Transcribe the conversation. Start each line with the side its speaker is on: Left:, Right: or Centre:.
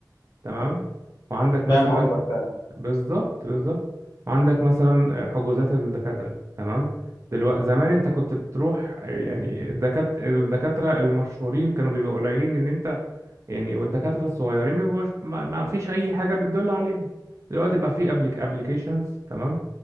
Right: تمام وعندك مثلا
Left: فاهم قصدك
Right: مم.
Left: فعلا
Right: بالظبط بالظبط وعندك مثلا حجوزات الدكاترة تمام دلوقتي زمان انت كنت بتروح يعني الدكات الدكاترة المشهورين كانوا بيبقوا قليلين ان انت يعني والدكاترة الصغيرين ما بيبقوش- ما ما فيش اي حاجة بتدل عليهم دلوقتي بقى في ابليك ابليكيشنز تمام